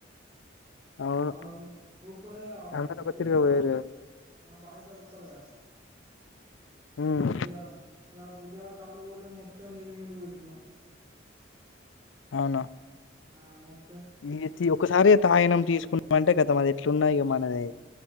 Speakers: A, on the left; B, on the right.
A: అవును
B: ఆగు ఉప్పలేగా
A: అందరు ఒక
B: తెల్సుగా
A: తిరుగా పోయారు కదా
B: మా బాయి దడ ఉప్ప లేదా
A: ఉమ్
B: ఊరికి ఉయ్యాల ఇయ్యాల పొద్దుగాల కళ్ళు పో మొత్తం నీలు నీలు పోషిండు
A: అవునా
B: ఆ మాక్
A: ఈ తీ ఒకసారి తాగినం తీసుకున్నామంటే ఖతం అది ఎట్లున్నా ఇగ మనదే